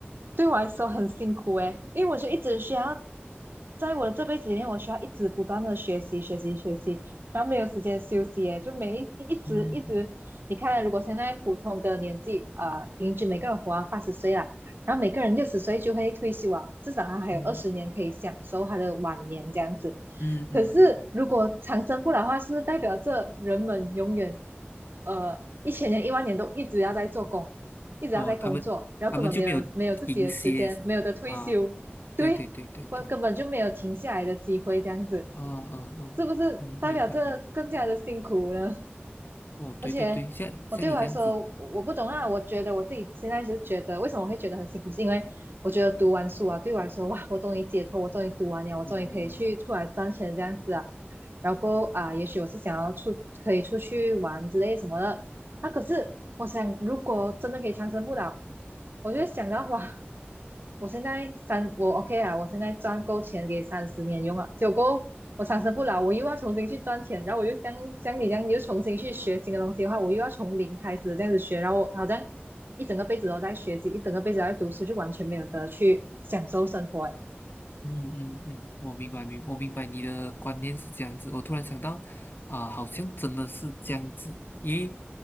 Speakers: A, on the right; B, on the left.
A: 对我来说很辛苦诶，因为我就一直需要，在我的这辈子里面，我需要一直不断的学习学习学习，然后没有时间休息诶，就每一一直一直，
B: 嗯
A: 你看，如果现在普通的年纪啊、呃平均每个人活到八十岁啦，然后每个人六十岁就会退休啊，至少他还有二十年可以享受他的晚年这样子。
B: 嗯嗯嗯嗯，
A: 可是如果长生不老的话，是不是代表着人们永远呃一千年、一万年都一直要在做工，一直要在工作，
B: 哦，他们他们就没有停歇
A: 然后根本没有没有自己的时间，没有的退休，
B: 啊，
A: 对，
B: 对对对对对。
A: 根根本就没有停下来的机会，这样子
B: 啊啊啊，
A: 是不是代表着更加的辛苦呢？
B: 嗯，明白明白。哦，对对对，
A: 而且我对我来说，
B: 像像你这样子，
A: 我不懂啊。我觉得我自己现在就觉得，为什么会觉得很辛苦，是因为我觉得读完书啊，对我来说，哇，我终于解脱，我终于读完了，我终于可以去出来赚钱这样子啊。
B: 哦，
A: 然后啊，也许我是想要出，可以出去玩之类什么的。那、可是我想，如果真的可以长生不老，我就会想到哇，我现在三，我 OK 啊，我现在赚够钱给三十年用啊，结果我长生不老，我又要重新去赚钱，然后我又像像你这样，你又重新去学新的东西的话，我又要从零开始这样子学，然后我好像一整个辈子都在学习，一整个辈子都在读书，就完全没有得去享受生活诶
B: 嗯嗯嗯，我明白明我明白你的观念是这样子。我突然想到，啊、好像真的是这样子，因为